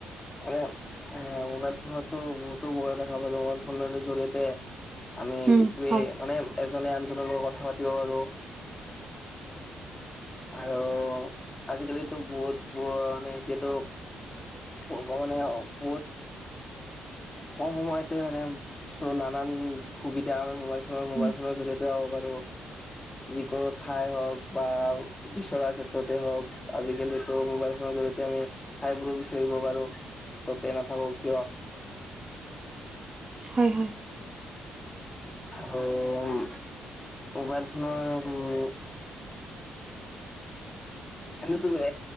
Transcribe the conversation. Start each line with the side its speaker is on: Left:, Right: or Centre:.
Left: মানে মোবাইল ফোনতো বহুতো বয়া দেখা পাই মোবাইল ফোনৰ জৰি়য়তে আমি
Right: উম
Left: ইটোৱে
Right: হয়
Left: মানে এজনে আনজনৰ লগত কথা পাতিব পাৰো। আৰু আজিকালিত ত' বহুত মানে এতিয়াতো ভগবানে বহুত কম সময়তে মানে চ' নানান সুবিধা মোবাইল ধৰ মোবাইল
Right: উম
Left: ফোনৰ জৰিয়তে হ'ব পাৰো। যিকোনো ঠাই হওক বা বিচৰা ক্ষেত্ৰতে হওক আজিকালিতো মোবাইল ফোনত জৰিয়তে আমি ঠাইবোৰো বিচাৰিব পাৰো যতে নাথাকো কিয়। <inaudible>
Right: হয় হয়।
Left: অম। মোবাইল ফোনৰ উম এনেটোতে